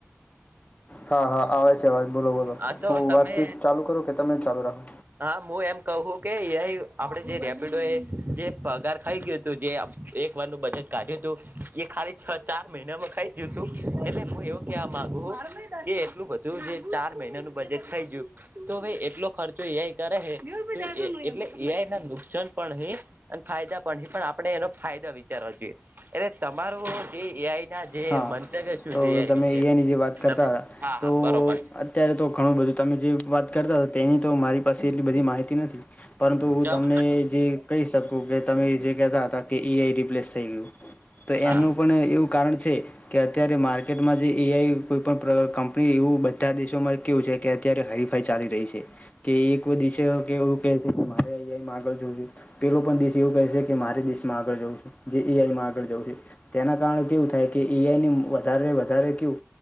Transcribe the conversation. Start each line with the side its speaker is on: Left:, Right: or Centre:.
Left: હા, હા આવે છે અવાજ બોલો-બોલો.
Right: આ તો
Left: હું
Right: તમે
Left: વાતચીત ચાલુ કરું કે તમે જ ચાલુ રાખો?
Right: હા. હું એમ કહું કે એ આઈ આપણે જે રેપિડો એ જે પગાર ખાઈ ગયું તું જે <unintelligible> <unintelligible> નું બજટ કાઢ્યું તું, એ ખાલી છ ચાર મહિનામાં ખાઈ ગય તું. એટલે હું એવું કહેવા માંગુ હુ કે એટલું બધું જે ચાર મહિનાનું બજેટ ખાઈ ગયું, તો હવે એટલો ખર્ચ ર્ચો એ આઈ કરે હે, તો એ એટલે એ આઈ ના નુકસાન પણ હે. અને ફાયદા પણ હે, પણ આપણે એનો ફાયદો વિચારવો જોઈએ. એટલે તમારું જે એ આઈ ના જે
Left: હા
Right: <unintelligible>
Left: તો તમે
Right: વિશે
Left: એ આઈની જે વાત કરતા
Right: તમે
Left: તા,
Right: હા
Left: તો
Right: હા બરોબર
Left: અત્યારે તો ઘણું બધું તમે જેવ વાત કરતા તા, તેની તો મારી પાસે એટલી બધી માહિતી નથી. પરંતુ હું
Right: ચમ
Left: તમને એ જે કહી શકું કે તમે જે કહેતા હતા કે એ આઈ રિપ્લેસ થઈ ગયું. તો
Right: હા
Left: એનું પણ એવું કારણ છે કે અત્યારે માર્કેટમાં જે એઆઈ કોઈ પણ પ્ર કંપની એવું બધા દેશોમાં કેવું છે કે અત્યારે હરીફાઈ ચાલી રહી છે. કે એક કો દિષય કે એવું કહે છે કે મારે અહીંયા આગળ જોજું પેલો પણ દેશ એવું કહે છે કે મારે દેશમાં આગળ જવું જે કે એ આઈમાં આગળ જવુ છે. તેના કારણે કેવું થાય કે એઆઈ ની વધારે વધારે કેવુ